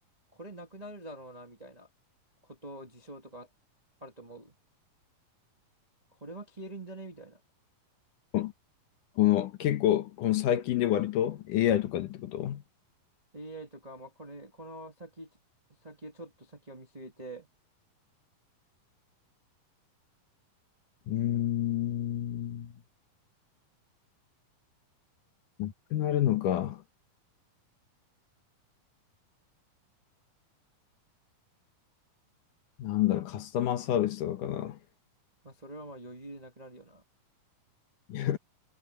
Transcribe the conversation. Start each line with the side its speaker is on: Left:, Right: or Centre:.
Right: これなくなるだろうな、みたいなこと、事象とかああると思う。これは消えるんじゃねみたいな。
Left: ここの、結構、この最近で割と AI とかでってこと
Right: AI とか、まあ、これ、この先、先、ちょっと先を見据えて、
Left: うーん。なくなるのか。なんだろう、カスタマーサービスとかかな。
Right: まあ、それはまあ余裕でなくなるよな。
Left: いや